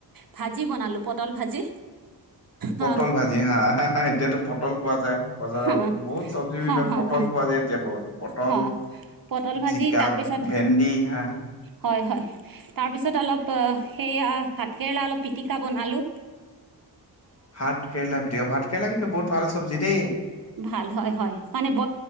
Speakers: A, on the right; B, on the left.
A: ভাজি বনালোঁ পটল ভাজি।
B: পটল
A: হা
B: ভাজি হা হা এতিয়াতো পটল পোৱা যায় বজাৰত
A: হা
B: বহুত চব্জিৰ ভিতৰত
A: হা হা
B: পটল
A: হা
B: পোৱা যে। এতিয়া বহুত পটল
A: অ', পটল ভাজি
B: জিকা
A: তাৰপিছত
B: ভেন্দী হা।
A: হয় হয় তাৰপিছত অলপ অ সেইয়া ভাতকেৰেলা অলপ পিটিকা। বনালো।
B: ভাত কেৰেলা পিতিকা ভাত কেৰেলা কিন্তু বহুত ভাল চব্জি দে।
A: ভাল হয় হয় মানে ব